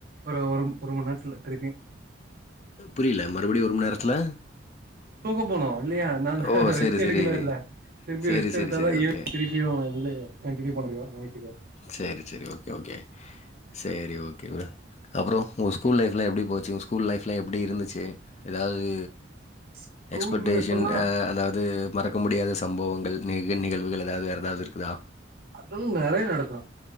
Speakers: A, on the right; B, on the left.
A: ஒரு ஒரு ஒரு மண நேரத்துல திருப்பி
B: புரில மறுபடியு ஒரு மண் நேரத்துல
A: தூங்க போனு இல்லயா அதனால
B: ஓ
A: ரெஸ்ட்
B: சேரி
A: எடுக்கல
B: சேரி
A: இல்ல திருப்பி
B: சேரி
A: ரெஸ்ட்
B: சேரி
A: எடுத்தாதா
B: சேரி
A: ஈவி
B: ஓகே
A: திருப்பியு வந்து கன்டினியூ பண்ண முடியு நைட்டுக்கு
B: சேரி சேரி ஓகே ஓகே சேரி ஓகே உடு அப்புறோ உங்க ஸ்கூல் லைஃப்லா எப்பிடி போச்சி உங்க ஸ்கூல் லைஃப்லா எப்பிடி இருந்துச்சி ஏதாவது
A: ஸ்கூல்
B: எக்ஸ்பட்டேஷ்
A: லைஃப்லா
B: இந்த ஆ அதாவது து மறக்க முடியாத சம்பவங்கள் நிக நிகழ்வுகள் எதாவ்து வேற எதாவ்து இருக்குதா?
A: அதுல் நெறைய நடக்கு